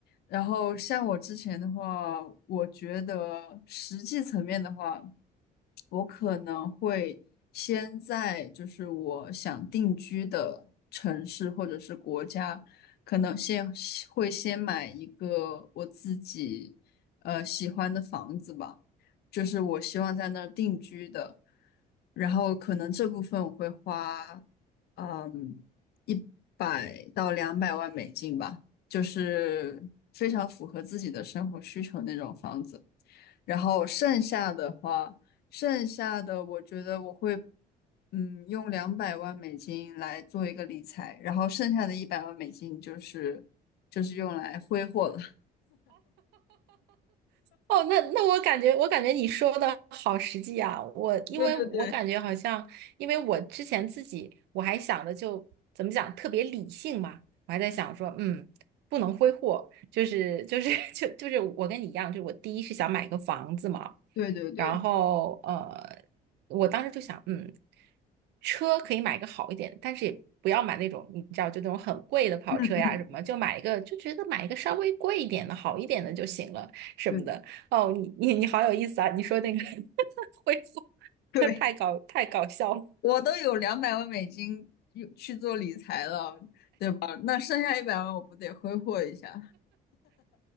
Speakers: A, on the left (about 70°); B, on the right (about 85°).
A: 然后像我之前的话，我觉得实际层面的话，我可能会先在就是我想定居的城市或者是国家，可能先会先买一个我自己呃喜欢的房子吧。就是我希望在那儿定居的。然后可能这部分我会花，嗯，一百到两百万美金吧，就是非常符合自己的生活需求那种房子。然后剩下的话，剩下的我觉得我会，嗯，用两百万美金来做一个理财，然后剩下的一百万美金就是就是用来挥霍了。
B: 哦，那那我感觉，我感觉你说的好实际啊！我因为我感觉好像，
A: <laughs> 对对对
B: 因为我之前自己我还想的就怎么讲，特别理性嘛，我还在想说，嗯，不能挥霍，就是就是 <laughs> 就就是我跟你一样，就是我第一是想买个房子嘛，
A: 对对对，
B: 然后呃，我当时就想，嗯，车可以买个好一点的，但是也不要买那种你知道就那种很贵的跑车呀什么，
A: 嗯
B: 就买一个就觉得买一个稍微贵一点的好一点的就行了。什么的。
A: 嗯，
B: 哦，你你你好有意思啊！你说那个 <laughs> 恢复，
A: 对对。
B: <laughs> 太搞太搞笑了。
A: 我都有两百万美金用去做理财了，对吧？那剩下一百万我不得挥霍一下？